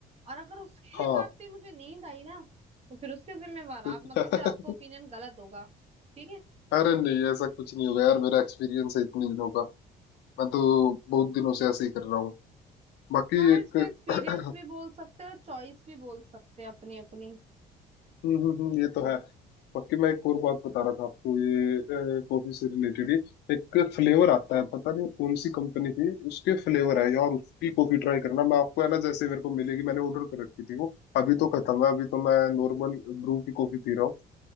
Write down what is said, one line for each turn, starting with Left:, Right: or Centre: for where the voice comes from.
Right: और अगर उसके
Left: हाँ
Right: <laughs> बाद भी मुझे नींद आई ना तो फिर उसके जिम्मेवार
Left: <laughs>
Right: आप मतलब फिर आपका ओपिनियन गलत होगा ठीक है
Left: अरे नहीं ऐसा कुछ नहीं होगा यार मेरा एक्सपीरियंस है इतने दिनों का मैं तो बहुत दिनों से ऐसे ही कर रहा हूँ बाकी
Right: हाँ
Left: एक
Right: इसको एक्सपीरियंस
Left: <clears throat>
Right: भी बोल सकते हैं और चॉइस भी बोल सकते हैं अपनी अपनी
Left: हम्म, हम्म, हम्म, ये तो है बाकी मैं एक और बात बता रहा था आपको ये कॉफी से रिलेटेड ही एक फ्लेवर आता है पता नहीं कौन सी कंपनी थी उसके फ्लेवर है यार उसकी कॉफी ट्राई करना मैं आपको है ना जैसे मेरे को मिलेगी मैंने ऑर्डर कर रखी थी वो अभी तो खत्म है अभी तो मैं नॉर्मल ब्रू की कॉफी पी रहा हूँ